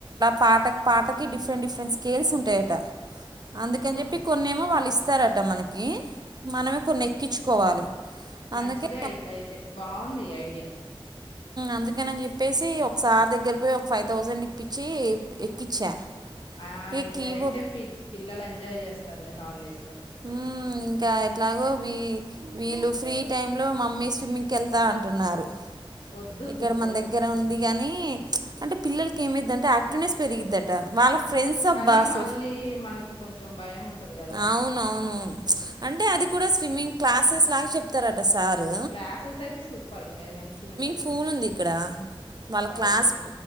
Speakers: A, on the right; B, on the left.
A: పాట పాటకి డిఫరెంట్ డిఫరెంట్ స్కేల్స్ ఉంటాయట
B: అవునా
A: అందుకని చెప్పి కొన్నేమో వాళ్ళు ఇస్ స్తారట మనకి మనమే
B: మ్హూ.
A: కొన్ని ఎక్కించుకోవాలి
B: మంచిదే
A: అందుకే
B: ఇట్ల అయితే బాగుంది ఈ ఐడియా
A: అందుకని చెప్పేసి ఒక సార్ దగ్గరికి పోయి ఒక ఫైవ్ థౌజండ్ ఇప్పించి ఎక్కించా
B: ఆ
A: ఎక్కి
B: ఇట్లా
A: ఇవ్వు.
B: అయితే పి పిల్లలు ఎంజాయ్ చేస్తారులే హాలిడేస్ లో
A: హ ఇంకా ఎట్లాగో వి వీళ్ళు ఫ్రీ టైం లో మమ్మీ స్విమ్మింగ్కి వెళ్తా అంటున్నారు
B: వద్దు
A: ఇక్కడ
B: ఇప్పుడు
A: మన దగ్గర ఉంది గాని అంటే పిల్లకి ఏమైంది అంటే యాక్టివేస్ పెరిగిందట వాళ్ళ ఫ్రెండ్స్ అబ్బా
B: కానీ
A: అసలు
B: మళ్ళీ మనకి కొంచెం భయం ఉంటది కదా
A: అవునవును అంటే అది కూడా స్విమ్మింగ్ క్లాసెస్ లాగా చెప్తారట సారు
B: క్లాసెస్ అయితే సూపర్ అది మంచిగా ఉంటది
A: స్కూల్ ఉంది ఇక్కడ
B: ఆహా
A: వాళ్ళ క్లాస్
B: ఓకే